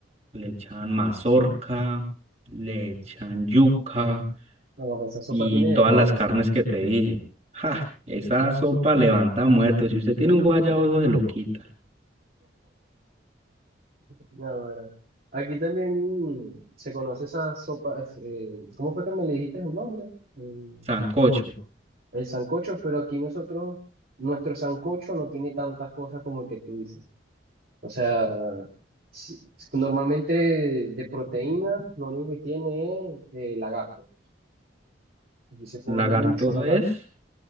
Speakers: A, on the right; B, on the right.
A: le echan mazorca, le echan yuca
B: pues esa sopa
A: y
B: tiene
A: todas
B: de todo.
A: las carnes que te dije. <laughs> ¡Ja! Esa sopa levanta muertos. Si usted tiene un guayabozo, se lo quita.
B: No, bueno. Aquí también se conoce esa sopa. es, eh, ¿cómo fue que me le dijiste el nombre? Eh,
A: Sancocho.
B: el sancocho, pero aquí nosotros, nuestro sancocho no tiene tantas cosas como el que tú dices. O sea, si- normalmente de proteína, lo único que tiene es eh, lagarto. Aquí se come
A: Lagarto
B: mucho lagarto.
A: es,